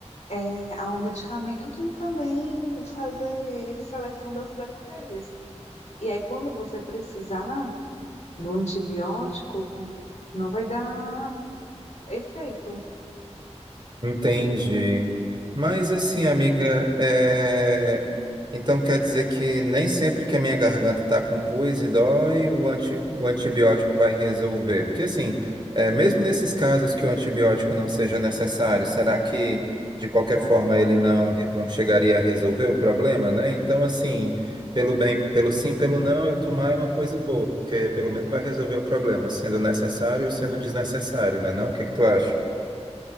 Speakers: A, on the left; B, on the right.
A: eh, ao medicamento e também fazer seleção das bactérias. E aí, quando você precisar do antibiótico, não vai dar efeito.
B: Entendi. Mas assim, amiga, é, então quer dizer que nem sempre que a minha garganta tá com pus e dói, o, anti... o antibiótico vai resolver. Porque assim, é, mesmo nesses casos que o antibiótico não seja necessário, será que de qualquer forma ele não, re- não chegaria a resolver o problema, né? Então assim, pelo bem, pelo sim, pelo não, eu tomar é uma coisa boa, porque pelo menos vai resolver o problema, sendo necessário ou sendo desnecessário, né não? O que que tu acha?